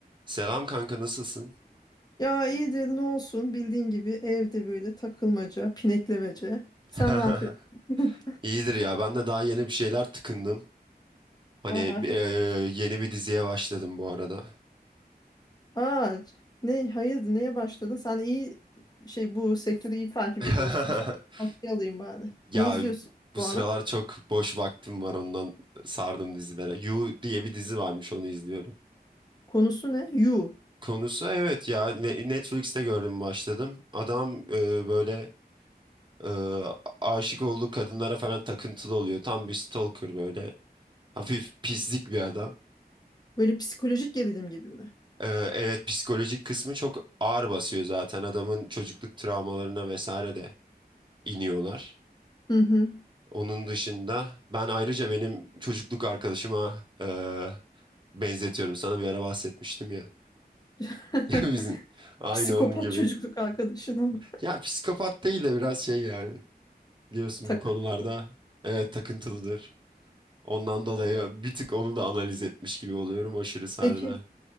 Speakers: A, on the right; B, on the left.
A: Selam kanka nasılsın?
B: Ya iyidir ne olsun bildiğin gibi evde böyle takılmaca, pineklemece. Sen
A: <laughs>
B: ne yapıyorsun? <laughs>
A: İyidir ya ben de daha yeni bir şeyler tıkındım. Hani
B: Aa, afiyet
A: e,
B: olsun.
A: yeni bir diziye başladım bu arada.
B: Aa, ne hayırdır neye başladın? Sen iyi şey bu sektörü iyi takip
A: <laughs>
B: ediyorsun. Sen tavsiye alayım bari.
A: Ya
B: Ne izliyorsun
A: bu
B: bu
A: sıralar
B: ara?
A: çok boş vaktim var ondan sardım dizilere. You diye bir dizi varmış onu izliyorum.
B: Konusu ne? You.
A: Konusu evet ya Ne- Netflix'te gördüm başladım. Adam e, böyle e, aşık olduğu kadınlara falan takıntılı oluyor. Tam bir stalker böyle. Hafif pislik bir adam.
B: Böyle psikolojik gerilim gibi mi?
A: Ee, Evet psikolojik kısmı çok ağır basıyor zaten adamın çocukluk travmalarına vesaire de iniyorlar.
B: Hı hı.
A: Onun dışında ben ayrıca benim çocukluk arkadaşıma e, benzetiyorum. Sana bir ara bahsetmiştim ya.
B: <laughs>
A: <laughs> Bizim aynı
B: Psikopat
A: onun gibi.
B: çocukluk arkadaşına mı?
A: Ya psikopat değil de biraz şey yani. Biliyorsun
B: <laughs> Takıntılı.
A: bu konularda evet takıntılıdır. Ondan dolayı bir tık onu da analiz etmiş gibi oluyorum aşırı sardı.
B: Peki